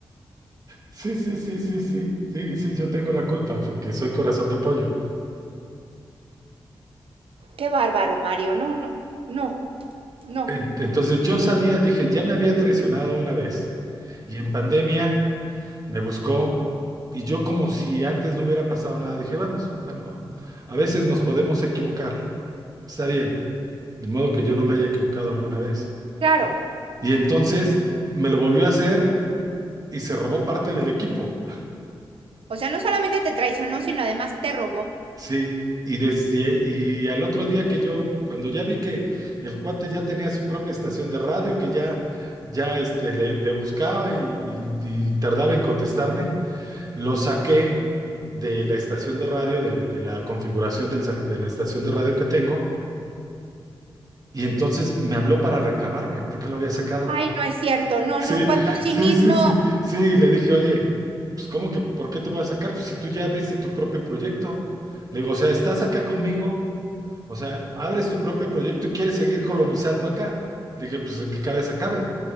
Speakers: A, on the right (about 45°); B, on the right (about 80°).
A: Sí, sí, sí, sí, sí, sí, sí, yo tengo la culpa porque soy corazón de pollo.
B: Qué bárbaro, Mario. No, no, no, no.
A: En- Entonces yo sabía, dije, ya me había traicionado una vez y en pandemia me buscó y yo como si antes no hubiera pasado nada, dije, vamos, bueno, a veces nos podemos equivocar, está bien, de modo que yo no me haya equivocado alguna vez.
B: Claro.
A: Y entonces me lo volvió a hacer y se robó parte del equipo.
B: O sea, no solamente te traicionó, sino además te robó.
A: Sí, y, desde, y y al otro día que yo, cuando ya vi que el cuate ya tenía su propia estación de radio, que ya, ya este, le, le buscaba y, y- y tardaba en contestarme, lo saqué de la estación de radio, del- de, la configuración del sa- de la estación de radio que tengo, y entonces me habló para reclamarme por qué lo había sacado.
B: Ay, no
A: <laughs>
B: es cierto, no,
A: Sí,
B: no, cuánto cinismo.
A: sí, sí, sí, sí, y le dije, oye, pues ¿cómo que por qué te voy a sacar? Pues si tú ya abriste tu propio proyecto. Le digo, o sea, estás acá conmigo o sea, abres tu propio proyecto y quieres seguir colonizando acá. Le dije, pues, ¿en qué cabeza cabe?